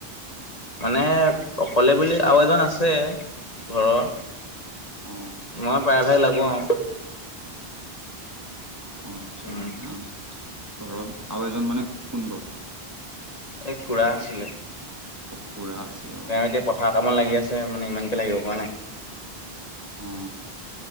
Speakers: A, on the left; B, on the right.
A: মানে অকলে বুলি আৰু এজন আছে ঘৰৰ।
B: অ,
A: মই প্ৰায় ভাগ লাগো আৰু।
B: অ' আচ্ছা
A: উম
B: আপোনাৰ ঘৰৰ আও এজন মানে কোন বাৰু।
A: এই খুৰা আছিলে।
B: অ' খুৰা আছে আৰু।
A: তেওঁ এতিয়া পথাৰ ককামত লাগি আছে মানে ইমানকে লাগিব পোৱা নাই।
B: অ'